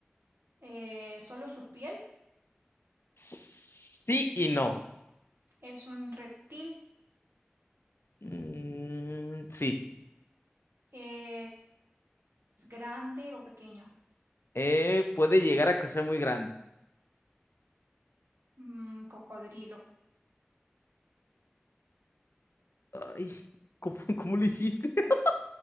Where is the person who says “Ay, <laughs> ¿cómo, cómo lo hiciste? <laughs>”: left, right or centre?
Left